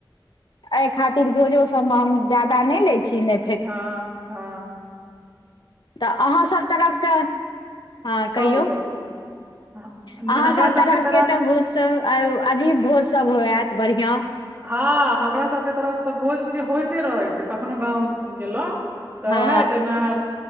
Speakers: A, on the left; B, on the right.
A: एहि खातिर भोजो सब में हम ज्यदा नहि ले छी ने
B: हँ हँ
A: तऽ अहाँसब तरफसँ हँ
B: कहू
A: कहियौ
B: कहू हाँ,
A: अहाँ
B: हमरा
A: सब
B: सबके
A: तरफके
B: तरफ
A: तऽ भोज सब अजीब भोज सब होयत बढ़िआंँ
B: हँ हमरा सबके तरफ तऽ भोज ब‌ुजीय‌उ होयइते रहै छै कखनो गाँंव गेलहु तऽ
A: हँ
B: उएह छै ने आब